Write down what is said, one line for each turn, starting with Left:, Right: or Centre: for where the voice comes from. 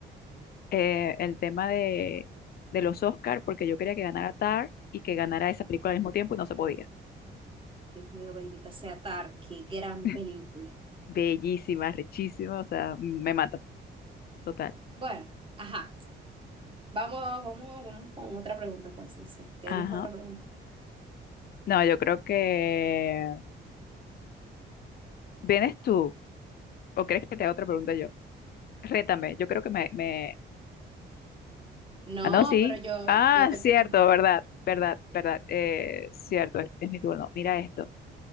Left: eh, el tema de, de los Oscar, porque yo quería que ganara Tar y que ganara esa película al mismo tiempo y no se podía.
Right: Dios mío, bendita sea Tar, qué gran
Left: <laughs>
Right: película.
Left: Bellísima, richísima, o sea, me mata, total.
Right: Bueno, ajá. Vamos, vamos, vamos con otra pregunta, pues, no sé. ¿Tienes
Left: Ajá.
Right: otra pregunta?
Left: No, yo creo que... ¿Vienes tú? ¿O crees que te haga otra pregunta yo? Rétame, yo creo que me... me...
Right: No,
Left: Ah, no, sí.
Right: pero yo,
Left: Ah,
Right: yo te...
Left: cierto,
Right: pre- ajá.
Left: verdad, verdad, verdad. eh, cierto, es, es mi turno. Mira esto.